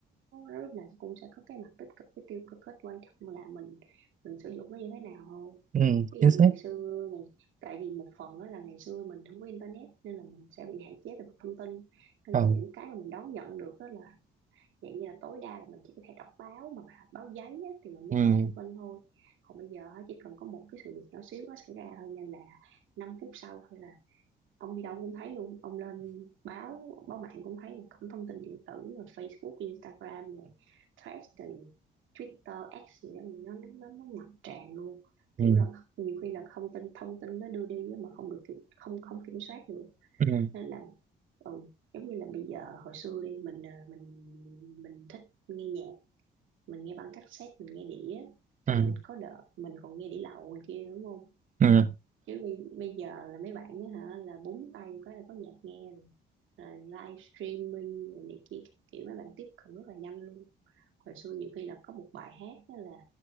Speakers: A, on the right; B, on the right.
A: nó lúc nào cũng sẽ có cái mặt tích cực với tiêu cực hết quan trọng là mình mình sử dụng nó như thế nào thôi
B: ừ,
A: ví
B: chính
A: dụ
B: xác
A: như ngày xưa ngày, tại vì một phần đó là ngày xưa mình không có internet nên là mình sẽ bị hạn chế về mặt thông tin nên
B: ừ.
A: là những cái mà mình đón nhận được đó là dạng như là tối đa là mình chỉ có thể đọc báo mà bà- báo giấy á, thì mình mới
B: Ừ.
A: có thông tin thôi còn bây giờ á, chỉ cần có một cái sự việc nhỏ xíu nó xảy ra thôi nên là 5 phút sau thôi ông đi đâu cũng thấy luôn ông lên báo báo mạng cũng thấy mà không thông tin điện tử rồi Facebook Instagram rồi Threads rồi Twitter X gì đó nó nó nó, nó ngập tràn luôn
B: Ừ.
A: kiểu là nhiều khi là thông tin thông tin nó đưa đi á mà không được kiểm- không không kiểm soát được
B: Ừ. Ừ.
A: nên là ừ, giống như là bây giờ hồi xưa đi mình ờ, mình mình thích nghe nhạc mình nghe băng cassette mình nghe đĩa
B: Ừ.
A: xong rồi có đợt mình còn nghe đĩa lậu ngoài kia nữa đúng không
B: Ừ.
A: chứ bây, bây giờ là mấy bạn á hả là búng tay một cái là có nhạc nghe rồi rồi live streaming rồi này kia các kiểu mấy bạn tiếp cận rất là nhanh luôn hồi xưa nhiều khi là có một bài hát á là